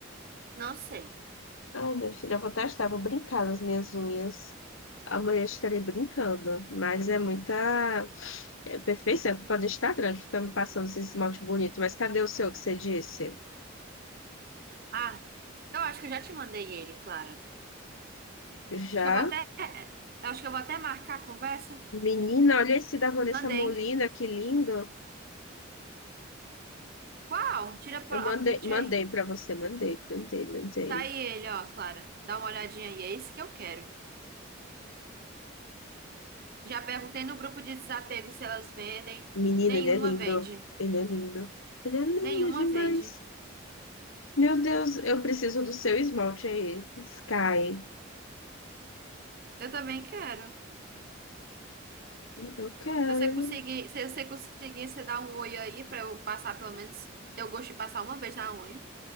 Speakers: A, on the right (about 50°); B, on the left (about 80°).
A: não sei.
B: Ai, minha filha, eu vou testar, vou brincar nas minhas unhas. Amanhã estarei brincando, mas é muita é, perfeição, é culpa do Instagram que fica me passando esse esmalte bonito. Mas cadê o seu que você disse?
A: Ah, eu acho que eu já te mandei ele, Clara.
B: Já?
A: Acho que eu vou até. é, Eu acho que eu vou até marcar a conversa.
B: Menina, olha esse da Vanessa
A: Mandei.
B: Molina, que lindo.
A: Qual? Tira
B: Eu
A: a
B: mandei,
A: a print
B: mandei
A: aí.
B: para você, mandei, mandei, mandei.
A: Tá aí ele, ó, Clara. Dá uma olhadinha aí. É esse que eu quero. Já perguntei no grupo de desapego se elas vendem.
B: Menino,
A: Nenhuma
B: ele é lindo.
A: vende.
B: Ele é lindo. Ele é lindo
A: Nenhuma
B: demais.
A: vende.
B: Meu Deus, eu preciso do seu esmalte aí. Sky.
A: Eu também quero.
B: Eu quero.
A: Se você conseguir, se você conseguir, você dá um oi aí pra eu passar pelo menos, ter o gosto de passar uma vez na unha.